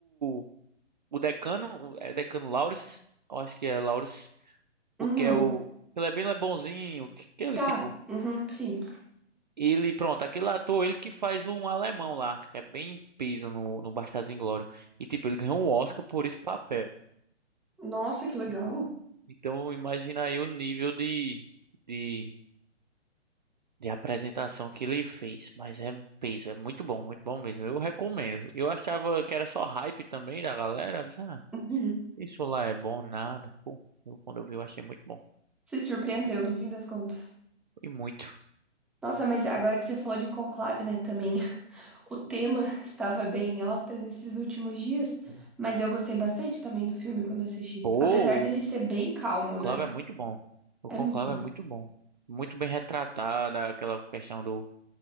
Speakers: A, on the right; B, in the centre.
A: o, o Decano? É Decano Laures? Eu acho que é Laures. O
B: Uhum.
A: que é o. Ele é bem bonzinho. Que, que ele,
B: Tá.
A: tipo.
B: Uhum. Sim.
A: Ele, pronto, aquele ator, ele que faz um alemão lá, que é bem peso no, no Bastardos Inglórios. E, tipo, ele ganhou um Oscar por esse papel.
B: Nossa, que legal.
A: E- Então, imagina aí o nível de, de, de apresentação que ele fez. Mas é peso, é muito bom, muito bom mesmo. Eu recomendo. Eu achava que era só hype também da galera. Eu disse, ah,
B: Uhum.
A: isso lá é bom, nada. Pô, eu, quando eu vi, eu achei muito bom.
B: Se surpreendeu no fim das contas.
A: E muito.
B: Nossa, mas agora que você falou de conclave, né, também, <laughs> o tema estava bem em alta nesses últimos dias, mas eu gostei bastante também do filme quando assisti.
A: Pô,
B: Apesar dele
A: o
B: ser bem calmo,
A: Conclave
B: né?
A: é muito bom. O
B: É
A: Conclave
B: muito bom.
A: é muito bom. Muito bem retratada aquela questão do